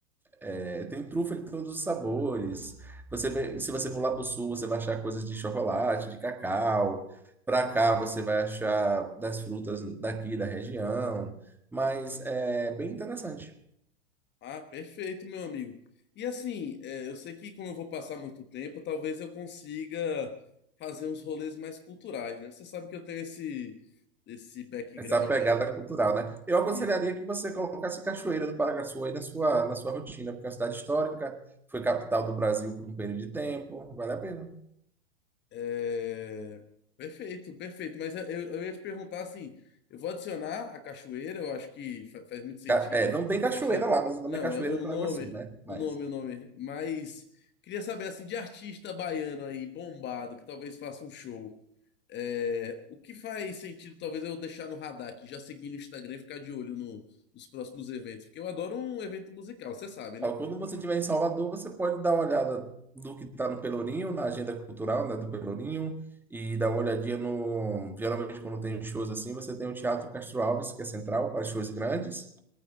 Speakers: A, in the centre; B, on the left (about 30°).
A: é, tem trufa de todos os sabores. Você vê- se você for lá para o sul, você vai achar coisas de chocolate, de cacau. Para cá, você vai achar das frutas daqui da região. Mas é bem interessante
B: Ah, perfeito, meu amigo. E assim, é, eu sei que como eu vou passar muito tempo, talvez eu consiga fazer uns rolês mais culturais, né? Você sabe que eu tenho esse esse background
A: essa pegada
B: aí.
A: cultural, né? Eu aconselharia
B: Isso.
A: que você colocasse Cachoeira do Paraguaçu aí na sua, na sua rotina, porque é uma cidade histórica, foi capital do Brasil por um período de tempo, vale a pena.
B: É, Perfeito, perfeito. Mas eu, eu ia te perguntar assim: eu vou adicionar a cachoeira, eu acho que fa- faz muito sentido.
A: Ca- É, não tem cachoeira
B: Cachoeira.
A: lá, mas o nome
B: Não,
A: é Cachoeira
B: é o
A: do Paraguaçu,
B: nome,
A: né?
B: o
A: Mas
B: nome, o nome. Mas queria saber assim, de artista baiano aí, bombado, que talvez faça um show. é, O que faz sentido, talvez, eu deixar no radar aqui, já seguir no Instagram e ficar de olho no- nos próximos eventos. Porque eu adoro um evento musical, você sabe, né?
A: Ó, Quando você estiver em Salvador, você pode dar uma olhada do que está no Pelourinho, na agenda cultural, né, do Pelourinho, e dar uma olhadinha no. Geralmente, quando tem shows assim, você tem o Teatro Castro Alves, que é central, para shows grandes,